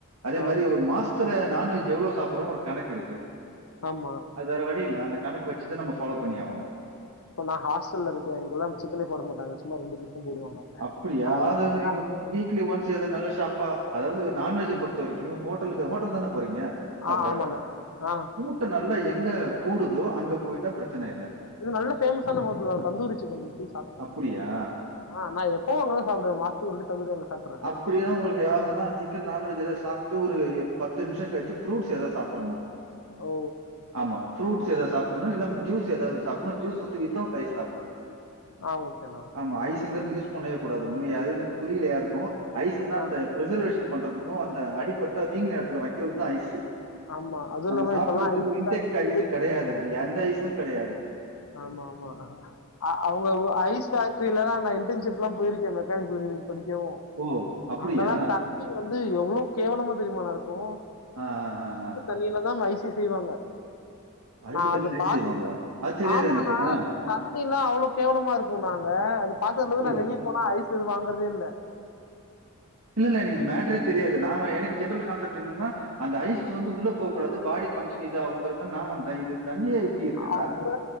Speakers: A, on the right; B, on the left.
A: அதே
B: ஆ,
A: மாரி ஒரு மாச த்துல நான்வெஜ் எவ்லோ சாப்புட்றோ ஒரு கணக்கு இருக்கு
B: ஆமா
A: அது வேற வழி இல்ல அந்த கணக்கு வெச்சுதா நம்ம ஃபாலோ பண்ணியாகணு
B: இப்ப நான் ஹாஸ்டல்ல இருக்க இங்கல்லா சிக்கனே போட மாட்டங்க சும்மா ரெண்டு பீஸ் தா போடுவாங்க
A: அப்புடியா
B: அதனால
A: அது இங்க வீக்லி ஒன்ஸ் ஏதா நல்ல ஷாப்பா அதாவது நான்வெஜ்ஜ பொறுத்த வரைக்கு ஹோட்டலுக்கு ஹோட்டல் தானே போறீங்க சாப்ட
B: ஆ ஆமாண்ணா ஆ
A: கூ ட்டோ நல்லா எங்க கூடுதோ அங்க போயிட்டா பிரச்சன இல்ல
B: இது நல்ல ஃபேமஸான ஹோட்டல் தா தந்தூரி சிக்கன் போயி சாப்டே
A: அப்படியா?
B: ஆ நா எப்பவு அங்கதா போய் சாப்புவே மாச த்துக்கு ஒரு வாட்டி தந்தூரி அங்க சாப்புட்ருவ
A: அப்புடினா உங்களுக்கு எதாவுதுன்னா சிக் கன் நான்வெஜ் ஏதோ சாப்டு ஒரு பத்து நிமிஷோ கழிச்சு புருட்ஸ் ஏதாவது சாப்புட்ருன்னு
B: ஓ
A: ஆமா ஃபுர்ட்ஸ் ஏதாது சாப்புட்ருணு இல்ல ஜூஸ் ஏதாது சாப்புன்னு ஜூஸ் வந்து வித் தவுட் ஐஸ் சாப்புடுணு
B: ஆ ஓகேண்ணா
A: ம ஐஸுங்கறது யூஸ் பண்ணவே கூடாது உண்மைய அது இன்னு புரியல யாருக்கு ஐஸ்சுன்னா
B: ஆ,
A: அந்த பிசர்வேஷன் பண்றதுக்கு அந்த அடிப்பட்டா வீங்குன எடத்துல வெக்கறதுதா ஐஸு
B: ஆமா அதுவும்
A: நம்ம
B: இல்லாம
A: சாப்படுறதுக்கு
B: இப்பெல்லாம் ஐஸ்
A: வின்டெக்
B: ஃபேக்டரியில
A: ஐஸு கெடையாது அது எந்த ஐஸு கெடையாது
B: ஆமாம்மா அ அவுங்க ஒ ஐஸ் ஃபேக்ட்ரீல தா இன்டன்ஷிப்லா போயிருக்க மெக்கானிக்கல் இன்ஜினிரிங் படிக்கவு
A: ஓ அப்படியா
B: அங்கல்லா தண் ணி வந்து எவ்வளோ கேவலமா தெரியுமா ணா இருக்கு
A: அ அ அ அ
B: தண்ணீலதா ஐசே செய்வாங்க
A: அழுக்கு
B: நா
A: தண்ணியில்
B: அத
A: ஐஸ்
B: பாத்துட்டு
A: செய்வாங்களா அது தெரியாது
B: ஆமாண்ணா
A: எனக்கு ஆ
B: தண்ணீலா அவ்வளோ கேவலமா இருக்குணா அங்க அது பாத்ததுலருந்து
A: அப்படியா
B: நா வெளிய போனா ஐஸ் ஸு வாங்கறதே இல்ல
A: இல்ல இல்ல எனக்கு இந்த மேட்டரே தெரியாது நா வ எனக்கு ஜென்ரல் கான்செப்ட் என்னன்னா அந்த ஐஸ் வந்து உள்ள போக்கூடாது பாடி பங்க்ஷன் இதாகுங்கறது நா வந்த இது தண்ணியே இப்படி இருக்கா
B: அவுங்க